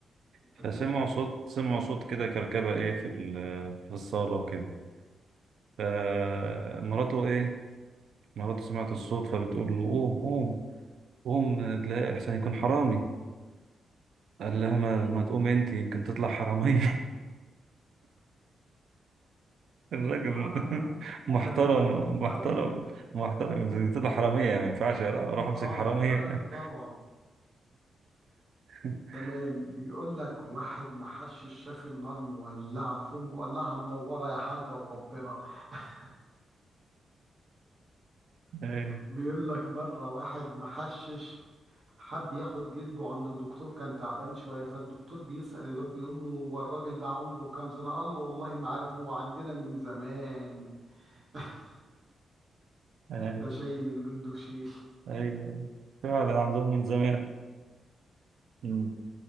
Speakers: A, on the right (about 70°); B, on the right (about 40°).
A: فسمعوا
B: تمام
A: صوت سمعوا صوت كده كركبه ايه في ال- في الصاله وكده فمراته ايه مراته سمعت الصوت فبتقول له قوم قوم قوم تلاقي احسن يكون حرامي قال لها ما, ما تقوم انت يمكن تطلع حراميه <laughs> الراجل
B: آه
A: <laughs> محترم
B: مهزأ
A: محترم
B: أكيد
A: محترم طلع حرامية يعني ما ينفعش أروح أمسك
B: آه
A: حرامية
B: ما ينفع طبعا
A: <laughs>
B: تمام بيقول لك واحد ما حشش شاف النار مولعة فم مولعة منورة يا حاجة وربنا <laughs>
A: أيوة
B: بيقول لك مرة واحد ما حشش حب ياخد جلده عند الدكتور كان تعبان شوية فالدكتور بيسأل الواد بيقول له هو الراجل ده عمره كام سنة قال له والله ما عارف هو عندنا من زمان <laughs>
A: أيوة
B: ده شايل من جده في شيل
A: أيوة. فعلا عندهم من زمان مم.